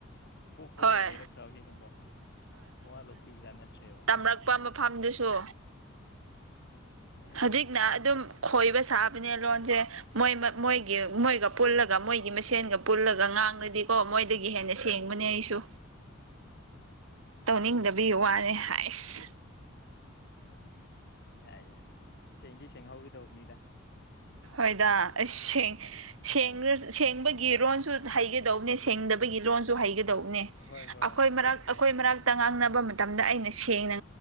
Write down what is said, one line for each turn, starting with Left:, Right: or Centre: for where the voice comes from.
Left: ꯄꯣꯛꯄꯗꯩ
Right: ꯍꯣꯏ
Left: ꯂꯩꯔꯛꯈ꯭ꯔꯕꯅꯤꯅꯀꯣ ꯃꯋꯥ ꯂꯧꯕꯤꯕꯖꯥꯠ ꯅꯠꯇ꯭ꯔꯦꯕ
Right: <unintelligible> ꯐꯝꯗꯨꯁꯨ
Left: ꯎꯝ
Right: ꯍꯖꯤꯛꯅ ꯑꯗꯨꯝ ꯈꯣꯏꯕ ꯁꯥꯕꯅꯦ ꯂꯣꯟꯖꯦ ꯃꯣꯏ ꯃꯣꯏꯒꯤ ꯃꯣꯏꯒ ꯄꯨꯜꯂꯒ ꯃꯣꯏꯒꯤ ꯃꯁꯦꯟꯒ ꯄꯨꯜꯂꯒ ꯉꯥꯡꯔꯗꯤ ꯀꯣ ꯃꯣꯏꯗꯒꯤ ꯍꯦꯟꯅ ꯁꯦꯡꯕꯅꯦ ꯑꯩꯁꯨ ꯇꯧꯅꯤꯡꯗꯕꯤ
Left: ꯎꯝ
Right: ꯋꯥꯅꯦ ꯍꯥꯏꯁ
Left: ꯌꯥꯏ ꯌꯥꯏ ꯁꯦꯡꯗꯤ ꯁꯦꯡꯍꯧꯒꯗꯧꯕꯅꯤꯗ
Right: ꯍꯣꯏꯗ ꯑꯁ ꯁꯦꯡ ꯁꯦꯡꯔ ꯁꯦꯡꯕꯒꯤ ꯔꯣꯟꯁꯨ ꯍꯩꯒꯗꯧꯕꯅꯦ ꯁꯦꯡꯗꯕꯒꯤ ꯂꯣꯟꯁꯨ ꯍꯩꯒꯗꯧꯅꯦ
Left: ꯍꯣꯏ ꯍꯣꯏ
Right: ꯑꯈꯣꯏ ꯃꯔꯛ ꯑꯈꯣꯏ ꯃꯔꯛꯇ ꯉꯥꯡꯅꯕ ꯃꯇꯝꯗ ꯑꯩꯅ ꯁꯦꯡꯅ